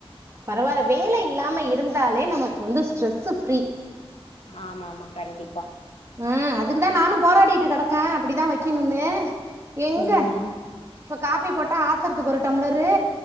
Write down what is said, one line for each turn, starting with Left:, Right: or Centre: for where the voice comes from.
Right: பரவாயில்ல வேல இல்லாம இருந்தாலே நமக்கு வந்து ஸ்ட்ரெசு ஃப்ரீ
Left: ஆமாமா கண்டிப்பா
Right: ஆ அதுக்குதா நானு போராடிட்டு கடக்கேன் அப்டிதா வைக்கணூனு எங்க
Left: உம்
Right: இப்ப காப்பி போட்டா ஆத்தற்துக்கு ஒரு டம்ளரு